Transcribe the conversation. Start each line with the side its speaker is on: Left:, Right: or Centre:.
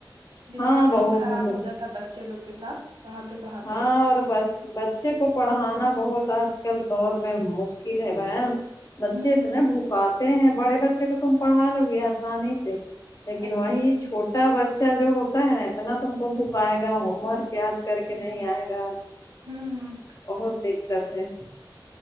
Right: دماغ
Left: ہاں
Right: ایک
Left: بہت
Right: دم خراب
Left: بھوک
Right: ہو جاتا ہے بچے لوگ کے ساتھ پڑھاتے پڑھاتے
Left: ہاں اور بس بچے کو پڑھانا بہت آج کل دور میں مشکل ہے بر بہن
Right: ہوں
Left: کہتے ہیں بڑے بچے کو تم پڑھا لو گی آسانی سے لیکن
Right: اچ-
Left: وہی
Right: ہوں
Left: چھوٹا بچہ اچھا جو ہوتا ہے نا اتنا تم کو بھکائے گا ہوم ورک یاد کر کے نہیں آئے گا
Right: ہوں ہوں۔
Left: بہت دیکت ہے